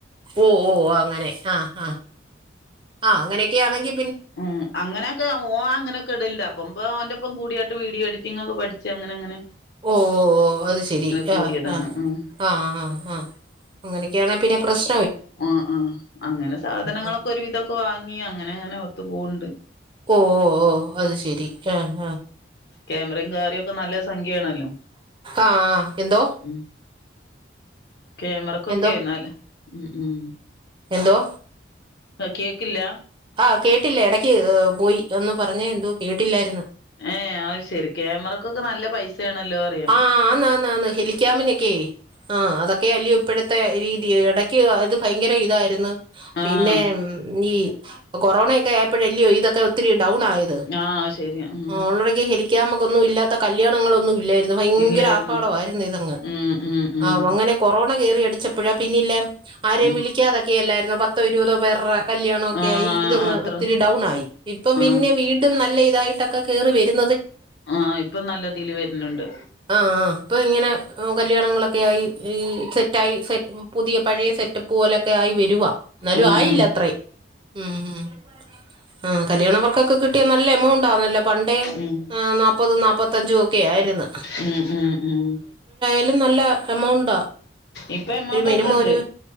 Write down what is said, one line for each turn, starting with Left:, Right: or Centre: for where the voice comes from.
Right: ഓ ഓ അങ്ങനെ ആഹ് ആ ആ അങ്ങനെയൊക്കെന്നെങ്കി
Left: ഉം അങ്ങനെയൊക്കെ ഓൻ അങ്ങനെക്കെ ഇടലണ്ട് അപ്പൊ ഇവൻ ഒന്റൊ പ്പം കൂടിയാട്ട് വിഡിയോ എഡിറ്റിങൊക്കെ പഠിച്ച് അങ്ങനങ്ങനെ.
Right: ഓ ഓ ഓ അത് ശെരി
Left: കൂടിയതാണ്
Right: ആഹ് ആഹ്
Left: ഉം
Right: ആഹ് ആഹ് ആഹ്. അങ്ങനൊക്കെയാണെ പിന്നെപ്രശ്
Left: ആ ആ അങ്ങനെ സാധനങ്ങളൊക്കെ
Right: ആ
Left: ഒരുവിദൊക്കെ വാങ്ങി അങ്ങനെ അങ്ങനെ ഒത്തു പോണുണ്ട്.
Right: ഓ ഓ ഓ അത് ശെരി ആഹ് ആഹ്.
Left: ക്യാമറയും കാര്യോക്കെ നല്ല സംഖ്യയാണല്ലോ.
Right: ആഹ് ആഹ് എന്തോ?
Left: ഉം ക്യാമറക്കൊക്കെ
Right: എന്തോ
Left: നല്ല ഉം ഉം
Right: എന്തോ
Left: ആ കേക്കില്ല.
Right: ആ കേട്ടില്ല. ഇടക്ക് ഏ പോയി ഒന്ന് പറഞ്ഞേ എന്തോ കേട്ടില്ലാരുന്ന.
Left: ഏ അത് ശെരി ക്യാമറെക്കൊക്കെ നല്ല പൈസ അറിയാ
Right: ആ ആന്ന് ആന്ന് ആന്ന് ഹെലിക്കാമിനൊക്കെ ആഹ് അതൊക്കെയല്ലയോയിപ്പഴത്തെ രീതി. എടക്ക് അത് ഭയങ്കര ഇതാരുന്നു പിന്നെ
Left: ആഹ്
Right: ഈ കൊറോണക്കെ ആയപ്പഴല്ലയോയിതൊക്കെ ഡൗൺ ആയെത്.
Left: ആഹ് ശരിയാ ഉം
Right: ഓളെടെക്ക് ഹെലിക്കാമൊന്നുമില്ലാത്ത കല്യാണങ്ങളൊന്നു ഇല്ലാരുന്ന്. ത് ഭയങ്കര
Left: ഇല്ലായിരുന്നു
Right: ആർഭാടവാരുന്നു ഇതങ്ങ്.
Left: ഉം ഉം ഉം
Right: ആഹ് അങ്ങനെ കൊറോണ കേറിയടിച്ചപ്പോഴാ പിന്നില്ലേ ആരെയും
Left: ഉം
Right: വിളിക്കാതെക്കെയല്ലായിരുന്ന പത്തോ ഇരുപതോ പേർടെ കല്യാണൊക്കെയായി
Left: ആഹ്
Right: ഇതങ്ങ്
Left: അത്ര
Right: ഒത്തിരി ഡൗൺ ആയി. ഇപ്പം പിന്നെ
Left: ആഹ്
Right: വീണ്ടും നല്ലെയി ഇതായിട്ടെക്കെ കേറി വെരു
Left: ആഹ് ഇപ്പൊ നല്ലതീല് വെരുന്നൊണ്ട്.
Right: ആഹ് ആഹ് ഇപ്പയിങ്ങെനെ കല്യാണങ്ങളൊക്കെയായി. ഇ സെറ്റായി. സെ പുതിയ പഴയ സെറ്റപ്പ് പോലെക്കെയായി വെരുവാ. എന്നാലും
Left: ഉം
Right: ആയില്ലത്രേം.
Left: ഉം
Right: ഉം ഉം ങ് കല്യാണവർക്കെക്കെ കി ട്ടിയ നല്ല എമൗണ്ടാന്നല്ലോ. പണ്ടേ
Left: ഉം
Right: നാപ്പതും നാപ്പത്തഞ്ചുക്കെയാരുന്ന.
Left: ഉം ഉം ഉം
Right: തിലും നല്ല എമൗ ണ്ട.
Left: ഇപ്പൊ എമൗണ്ട്
Right: ഒര് മിനിമമൊരു
Left: ഒക്കെ ഉണ്ട്